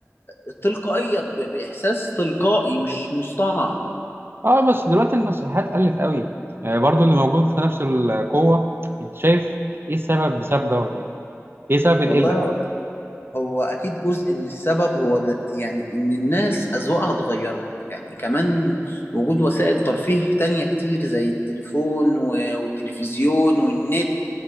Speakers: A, on the left; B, on the right.
A: آه، تلقائية ب- بإحساس تلقائي مش مصطنع
B: اه بس دلوقتي المسرحيات قلت قوي آه، برضو اللي موجود في نفس القوه انت شايف ايه السبب بسبب دوت يعني ايه سبب القله
A: والله هو أكيد جزء من السبب هو ده يعني إن الناس أذواقها اتغيرت يعني كمان وجود وسائل ترفيه تانية كتير زي التليفون و- والتلفزيون والنت